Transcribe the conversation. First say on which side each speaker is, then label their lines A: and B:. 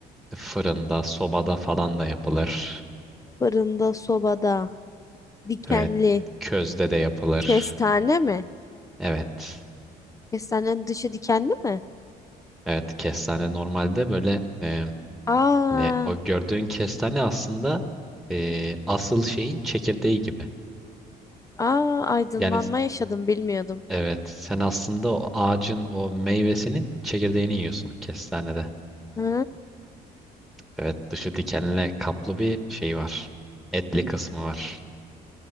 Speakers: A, in the centre; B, on the left.
A: fırında, sobada falan da yapılır.
B: Fırında, sobada. Dikenli.
A: Evet. Közde de yapılır.
B: Kestane mi?
A: Evet.
B: Kestanenin dışı dikenli mi?
A: Evet. Kestane normalde böyle eee,
B: Aa,
A: hani o gördüğün kestane aslında eee, asıl şeyin çekirdeği gibi.
B: aa aydınlanma
A: Yani
B: yaşadım bilmiyordum.
A: evet sen aslında o ağacın o meyvesinin çekirdeğini yiyorsun kestanede.
B: Ha,
A: Evet, dışı dikenle kaplı bir şey var. Etli kısmı var.